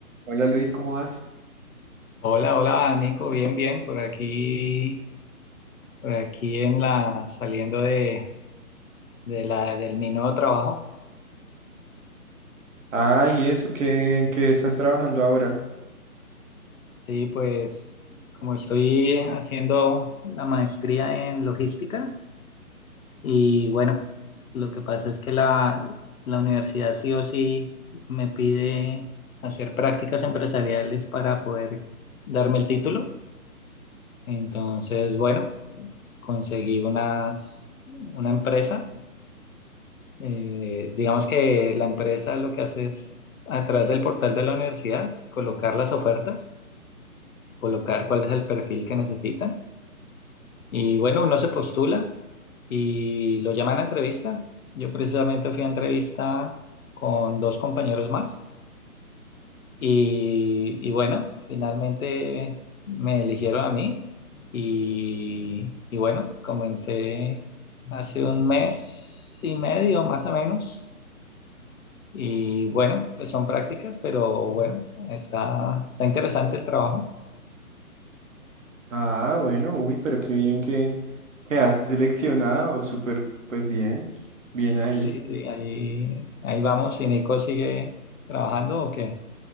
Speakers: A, on the right (about 55°); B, on the left (about 65°).
A: Hola Luis, ¿cómo vas?
B: Hola, hola, Nico, bien, bien, por aquí, por aquí en la, saliendo de, de la, del mi nuevo trabajo.
A: Ah, ¿y eso? ¿Qué, en qué estás trabajando ahora?
B: Sí, pues como estoy haciendo la maestría en logística y bueno, lo que pasa es que la, la universidad sí o sí me pide hacer prácticas empresariales para poder darme el título. Entonces, bueno, conseguí unas, una empresa Eh, digamos que la empresa lo que hace es, a través del portal de la universidad, colocar las ofertas, colocar cuál es el perfil que necesitan. Y bueno, uno se postula y lo llaman a entrevista. Yo precisamente fui a entrevista con dos compañeros más y, y bueno, finalmente me eligieron a mí y, y bueno, comencé hace un mes y medio más o menos Y bueno, pues son prácticas, pero bueno, está, está interesante el trabajo.
A: Ah, bueno, uy, pero qué bien que quedaste seleccionado, súper, pues bien, bien ahí.
B: Sí, sí, ahí, ahí vamos. ¿Y Nico sigue trabajando o qué?